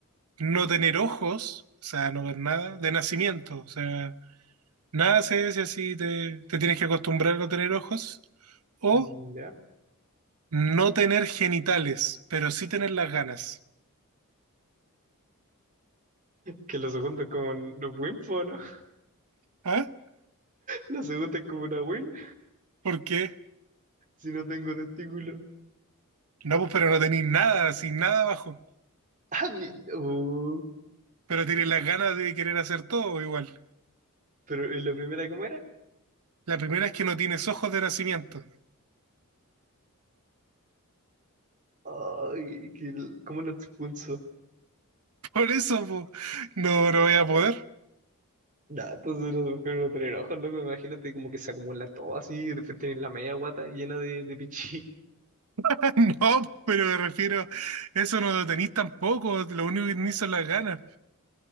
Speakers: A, on the right; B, on the right.
A: ¿No tener ojos, o sea, no ver nada, de nacimiento? O sea, nada se si así, te, te tienes que acostumbrar a no tener ojos. ¿O
B: Mm, Ya.
A: no tener genitales, pero sí tener las ganas?
B: Que la segunda es como un un win, po, ¿no? <laughs>
A: ¿Ah?
B: La segunda es como una win
A: ¿Por qué?
B: si no tengo testículos. <laughs>
A: No, pues, pero no tenéis nada, sin nada abajo.
B: Ah, ni- uh,
A: Pero tienes las ganas de querer hacer todo igual.
B: pero ¿y la primera cómo era?
A: La primera es que no tienes ojos de nacimiento.
B: Ay, que, el- ¿cómo lo expulso?
A: <laughs> Por eso, po, no, no voy a poder.
B: Nah, entonces no se puede tener ojos, loco. Imagínate como que se acumula todo así y después tienes la media guata llena de, de pichí. <laughs>
A: <laughs> No, pero me refiero, eso no lo tenéis tampoco. Lo único que tenéis son las ganas.